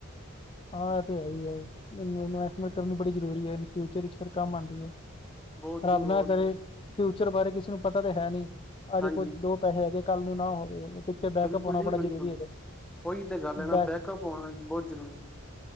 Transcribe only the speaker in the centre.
ਬਹੁਤ
ਜੀ ਬਹੁਤ
ਹਾਂਜੀ
ਬਿਲਕੁਲ
ਜੀ
ਬਿਲਕੁਲ
ਉਹੀ ਤੇ ਗੱਲ ਏ ਨਾ
ਬੈਕਅਪ ਹੋਣਾ ਬਹੁਤ ਜ਼ਰੂਰੀ।